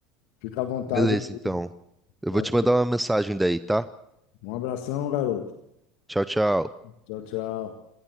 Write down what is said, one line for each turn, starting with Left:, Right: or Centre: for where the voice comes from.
Left: fica à vontade.
Centre: Beleza, então. Eu
Left: Vai
Centre: vou te mandar uma mensagem daí, tá?
Left: Um abração, garoto.
Centre: Tchau, tchau.
Left: Tchau, tchau.